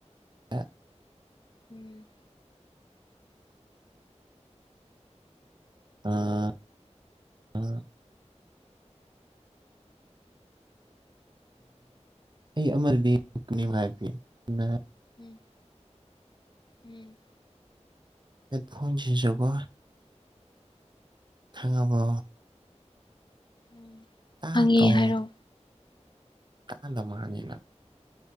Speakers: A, on the right (about 40°); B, on the left (about 40°).
A: <unintelligible>
B: ꯎꯝ
A: ꯑꯝ ꯎꯝ ꯑꯩ ꯑꯃꯗꯤꯀꯅꯤ ꯍꯥꯏꯕꯤ ꯑꯗꯨ
B: ꯎꯝ ꯎꯝ
A: ꯍꯦꯠ ꯐꯣꯟꯁꯤꯖꯀꯣ ꯑꯕꯣ
B: ꯎꯝ
A: ꯇꯔꯕ꯭ꯔꯣ
B: ꯈꯪꯉꯦ ꯍꯥꯏꯔꯛꯑꯣ
A: ꯀꯥꯟꯗ ꯃꯥꯅꯤꯅ